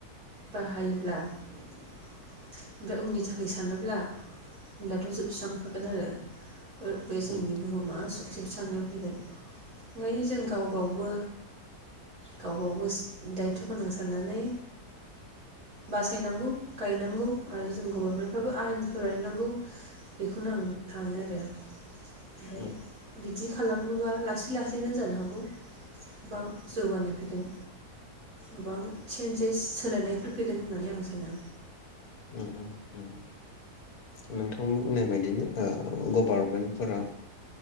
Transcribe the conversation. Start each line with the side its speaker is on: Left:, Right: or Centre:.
Right: बाहायोब्ला ओमफ्राय उननि थाखाय सानोब्ला होनब्लाथ' जोबस्रांखागोन आरो ओ बे जोंनि
Left: उम
Right: बुहुमा जोबस्रांनायाव फैगोन। ओंखायनो जों गाव गावबो गावबावगोस दायथ' गोनां साननानै बासायनांगौ आरो जों गभारमेन्ट फोराबो आयेन फोराय नांगौ बेखौनो आं सानो आरो ओमफ्राय
Left: उम उम
Right: बि दि खालामोबा लासै लासैनो जानो हागौ गोबां जौगानाय फै गोन। गोबां चेन्जेस सोलायनायफोर फैगोन होननानै आं साना
Left: उम उम उम नोंथां बुंनाय बायदिनो ओ गभारमेन्टफोरा